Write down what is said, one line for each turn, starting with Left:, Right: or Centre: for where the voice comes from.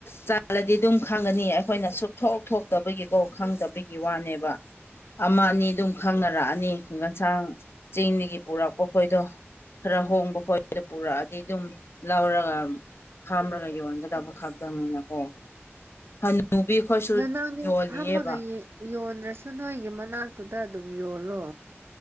Left: ꯆꯥꯠꯂꯗꯤ ꯑꯗꯨꯝ ꯈꯪꯒꯅꯤ ꯑꯩꯈꯣꯏꯅ ꯁꯨꯛꯊꯣꯛ ꯊꯣꯛꯇꯕꯒꯤꯀꯣ ꯈꯪꯗꯕꯒꯤ ꯋꯥꯅꯦꯕ ꯑꯃ ꯑꯅꯤ ꯑꯗꯨꯝ ꯈꯪꯅꯔꯛꯑꯅꯤ ꯈꯨꯡꯒꯟꯁꯥꯡ ꯆꯤꯡꯗꯒꯤ ꯄꯨꯔꯛꯄ ꯈꯣꯏꯗꯣ ꯈꯔ ꯍꯣꯡꯕ ꯍꯣꯏꯗ ꯄꯨꯔꯛꯑꯗꯤ ꯑꯗꯨꯝ ꯂꯧꯔꯒ ꯐꯝꯔꯒ ꯌꯣꯟꯒꯗꯕ ꯈꯛꯇꯪꯅꯤꯅꯀꯣ ꯍꯅꯨꯕꯤ ꯈꯣꯏꯁꯨ
Right: ꯅꯅꯪꯗꯤ
Left: ꯌꯣꯜꯂꯤꯌꯦꯕ
Right: ꯐꯝꯃꯒ ꯌꯣꯟꯗ꯭ꯔꯁꯨ ꯅꯣꯏꯒꯤ ꯃꯅꯥꯛꯇꯨꯗ ꯑꯗꯨꯝ ꯌꯣꯜꯂꯣ